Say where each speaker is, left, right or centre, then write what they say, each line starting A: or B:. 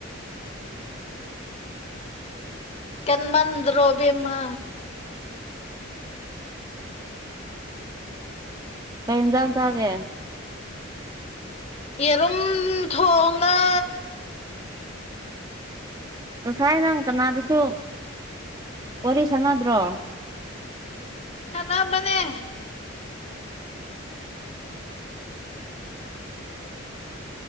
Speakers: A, on the left; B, on the right.
A: ꯀ ꯃꯟ ꯔꯣꯕꯦꯝꯃ
B: ꯀ ꯏꯟꯖꯥ ꯆꯥꯒꯦ
A: ꯌꯦꯔꯨꯝ ꯊꯣꯡꯉꯦ
B: ꯉꯁꯥꯏ ꯅꯪ ꯀꯅꯥꯗꯁꯨ ꯋꯥꯔꯤ ꯁꯥꯟꯅꯗ꯭ꯔꯣ
A: ꯆꯅꯥꯕꯅꯦ